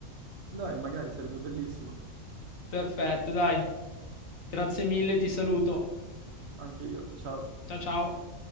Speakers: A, on the right; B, on the left.
A: Dai, magari sarebbe bellissimo,
B: Perfetto, dai. Grazie mille, ti saluto.
A: anche io, ciao.
B: Ciao, ciao.